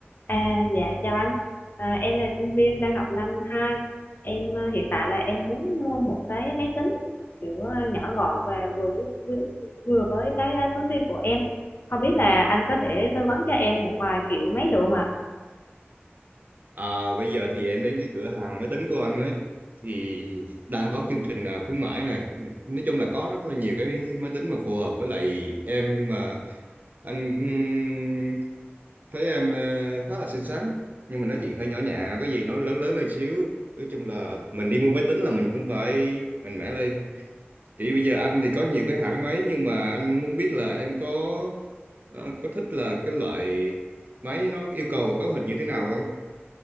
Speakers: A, on the left; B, on the right.
A: À, dạ chào anh. À, em là sinh viên đang học năm 2. Em ờ, hiện tại là em muốn mua một cái máy tính kiểu ờ, nhỏ gọn và vừa với- với- vừa với cái ờ, túi tiền của em. Không biết là anh có thể tư vấn cho em một vài kiểu máy được không ạ?
B: À, bây giờ thì em đến cái cửa hàng máy tính của anh ấy thì đang có chương trình à, khuyến mãi này nói chung là có rất là nhiều cái máy tính mà phù hợp với lại em nhưng mà anh ừm, thấy em ờ, khá là xinh xắn nhưng mà nói chuyện hơi nhỏ nhẹ có gì nó lớn lớn lên xíu nói chung là mình đi mua máy tính là mình cũng phải mạnh mẽ lên chỉ bây giờ anh thì có nhiều cái hãng máy nhưng mà anh muốn biết là em có ờ, có thích là cái loại máy nó yêu cầu cấu hình như thế nào không